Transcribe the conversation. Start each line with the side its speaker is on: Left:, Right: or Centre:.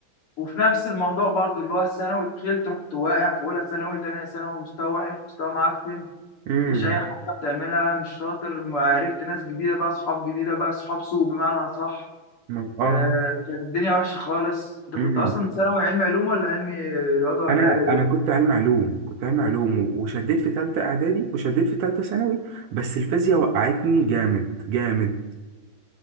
Left: وفي نفس الموضوع برضو اللي هو الثانوي دخلت رحت واقع في اولى ثانوي تانية ثانوي مستوى وحش مستوى معفن
Right: امم
Left: مفيش اي حاجه بتعملها مش شاطر عرفت ناس جديده بقى اصحاب جديده بقى اصحاب سوء بمعنى اصح
Right: ما- اه
Left: آه، كانت الدنيا وحشة خالص انت
Right: امم
Left: كنت اصلا ثانوي علمي علوم ولا علمي رياضة ولا
Right: انا
Left: ادبي
Right: انا كنت علم علوم كنت علم علوم و- وشديت في ثالثه اعدادي وشديت في ثالثه ثانوي بس الفيزياء وقعتني جامد جامد